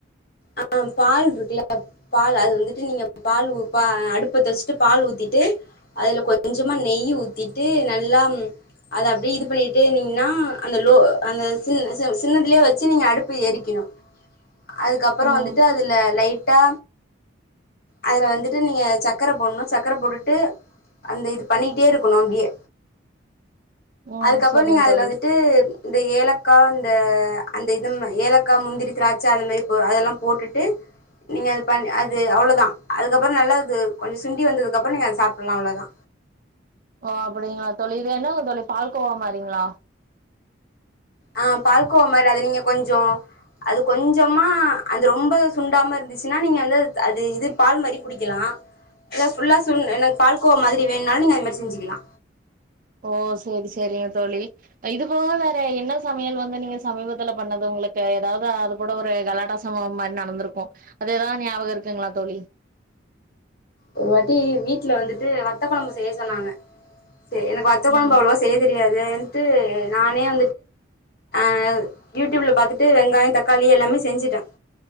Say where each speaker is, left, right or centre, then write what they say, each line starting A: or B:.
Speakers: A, on the left; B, on the right.
A: அ பால் இருக்குல்ல பால் அது வந்துட்டு நீங்க பால் உப்பா அடுப்பு பத்தவச்சிட்டு பால் ஊத்திட்டு அதுல கொஞ்சமா நெய் ஊத்திட்டு நல்லா அத அப்டியே இது பண்ணிட்டே நீன்னா அந்த லோ அந்த சின்ன சிம் சின்னதிலேயே வச்சி நீங்க அடுப்பு ஏரிக்கணு அதுக்கப் புரோ
B: ம்
A: வந்துட்டு அதுல லை டைட்டா அதுல வந்துட்டு நீங்க சக்கர போடணு சக்கர போட்டுட்டு அந்த இது பண்ணிட்டே இருக்கணு அப்டியே
B: ம்
A: அதுக்கப்ரோ
B: செரிங்க
A: நீங்க அதுல
B: தோழி
A: வந்துட்டு இந்த ஏலக்கா இந்த அந்த இது ன் ஏலக்கா முந்திரி திராட்ச அந்த மாறி போ அதல்லா போட்டுட்டு நீங்கது அது பண்ணி அவ்வளவுதா அதுக்கப்புற நல்லா இது கொஞ்ச சுண்டி வந்ததுக்கப்ரோ நீங்க சாப்புல்லா அவ்ளோதா
B: ஓ அப்படிங்ளா தோழி இது என்னங்க தோழி பால்கோவா மாறிங்ளா
A: அ பால்கோ மாறி அது நிங்க கொஞ்சோ அது கொஞ்சமா அந்த ரொம்ப சுண்டாம இருந்துச்சின்னா நீங்க வந்து அது இது பால் மாறி குடிக்கலா இல்ல ஃபுல்லா சுண் எனக்கு பால் கோவா மாறி வேணுனாலு நீங்க அது மாறி செஞ்சிக்கலா
B: ஓ சேரி சேரிங்க தோழி இது அப்ப வேற என்ன சமயல் வந்து நீங்க சமீபத்துல பண்ணது உங்களுக்கு ஏதாவ்து அது கூட ஒரு கலாட்டா சம்பவ மாறி நடந்துருக்கு அது எதாவ்து ஞாபக இருக்குங்ளா தோழி
A: ஒரு வாட்டி வீட்ல வந்துட்டு வத்த கொழம்பு செய்ய சொன்னாங்க எனக் வத்த
B: ம்
A: கொழம்பு அவ்ள்வா செய்ய தெரியாத் தேன்ட்டு நானே வந்துட்டு நானே வந்துட்டு அ யூட்யூப்ல பாத்துட்டு வெங்காயோ தக்காளி எல்லாமே செஞ்சுட்ட